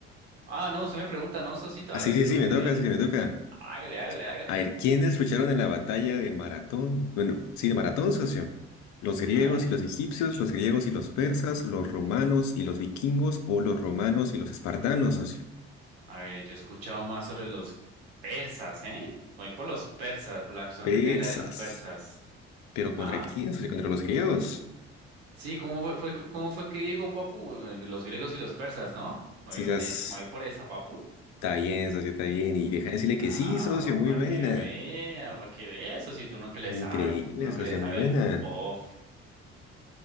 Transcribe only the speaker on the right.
Ah, no, usted me pregunta, no, Sosito,
hágale,
pregúntame.
Hágale, hágale, hágale.
A ver.
A ver, yo he escuchado más sobre los persas, ¿eh? Voy por los persas, por la acción
que tiene la de los persas.
Ajá.
Sí, ¿cómo fue, fue- cómo fue que dijo Papu? Eh, Los griegos y los persas, ¿no? Muy
bien,
eh, me voy por esa, Papu.
Ah,
para
que vea, para que vea, Sosito, uno que le
sabe, uno
que le sabe
al pof.